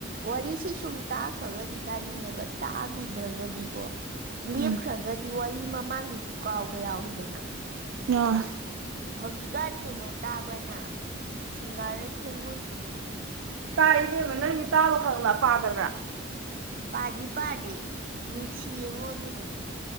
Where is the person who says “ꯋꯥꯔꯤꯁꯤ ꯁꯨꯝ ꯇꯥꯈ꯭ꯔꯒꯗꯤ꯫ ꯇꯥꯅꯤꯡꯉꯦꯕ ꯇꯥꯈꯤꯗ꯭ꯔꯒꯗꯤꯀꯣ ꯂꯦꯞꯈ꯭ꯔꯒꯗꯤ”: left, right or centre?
Right